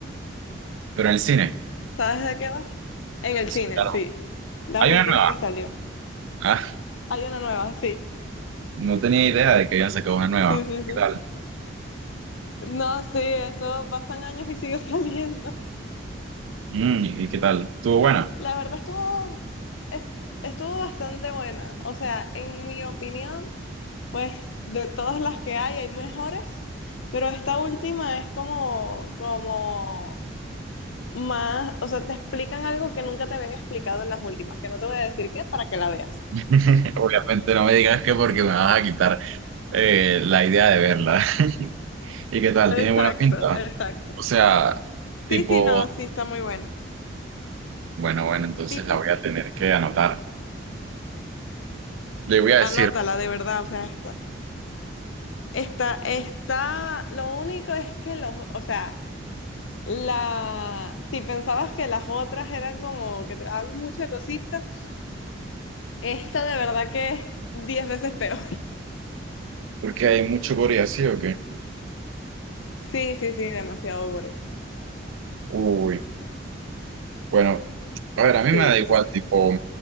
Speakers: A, on the right (about 80°); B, on the left (about 75°).
A: Pero en el cine,
B: ¿Sabes de qué va? En el
A: sí,
B: cine,
A: claro.
B: sí. La
A: Hay
B: última
A: una nueva.
B: que
A: <laughs>
B: salió.
A: Ah,
B: Hay una nueva, sí.
A: no tenía idea de que habían sacado una nueva.
B: Sí, sí, sí,
A: ¿Qué tal?
B: sí. No, sí, eso pasan años y sigue <laughs> saliendo.
A: Mm, ¿y qué tal? ¿Estuvo buena?
B: La verdad estuvo, es- estuvo bastante buena. O sea, en mi opinión, pues de todas las que hay, hay mejores, pero esta última es como, como más, o sea, te explican algo que nunca te habían explicado en las últimas, que no te voy a decir qué para que la veas.
A: <laughs> Obviamente no me digas que porque me vas a quitar eh, la idea de verla. <laughs> ¿Y qué tal?
B: Exacto,
A: ¿Tiene buena pinta?
B: exacto.
A: O sea, tipo,
B: Sí, sí, no, sí, está muy buena.
A: bueno, bueno, entonces
B: Tipo,
A: la voy a tener que anotar. Le voy a
B: anótala
A: decir.
B: de verdad, o sea, está, está, está, lo único es que los, o sea, la, si pensabas que las otras eran como que te daban mucha cosita, esta de verdad que es 10 veces peor. <laughs>
A: Porque hay mucho Corea, ¿sí o qué?
B: Sí, sí, sí, demasiado gore.
A: Uy, bueno, a ver, a
B: Sí,
A: mí me da
B: entonces
A: igual, tipo,